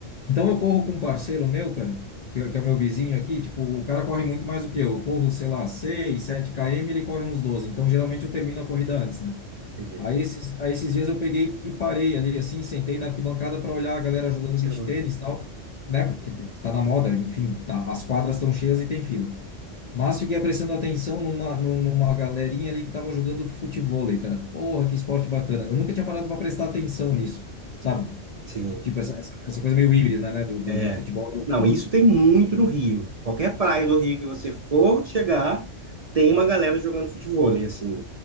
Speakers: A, on the left; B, on the right.
A: Então eu corro com um parceiro meu, cara, que, é- que é o meu vizinho aqui, tipo, o cara corre muito mais do que eu. Eu corro, sei lá, seis, sete km, ele corre uns 12. Então geralmente eu termino a corrida antes, né?
B: entendi.
A: Aí esses, aí esses dias eu peguei e parei ali, assim, sentei na arquibancada para olhar a galera jogando
B: Observando.
A: beach tênis e tal, né? Porque tá na moda, enfim, tá, as quadras estão cheias e tem fila. Mas fiquei prestando atenção numa, num- numa galerinha ali que tava jogando futevôlei, cara. Porra, que esporte bacana. Eu nunca tinha parado para prestar atenção nisso, sabe?
B: Sim.
A: Tipo, essa, essa, essa coisa meio híbrida, né? Do, do,
B: É.
A: do futebol e do vôlei.
B: Não, isso tem muito no Rio. Qualquer praia do Rio que você for chegar, tem uma galera jogando futebol. E assim,